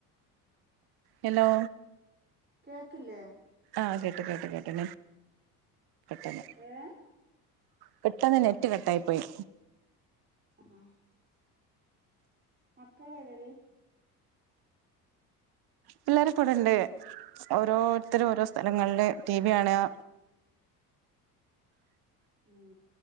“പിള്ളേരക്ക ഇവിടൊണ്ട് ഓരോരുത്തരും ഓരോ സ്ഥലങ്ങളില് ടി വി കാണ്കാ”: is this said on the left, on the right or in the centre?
Right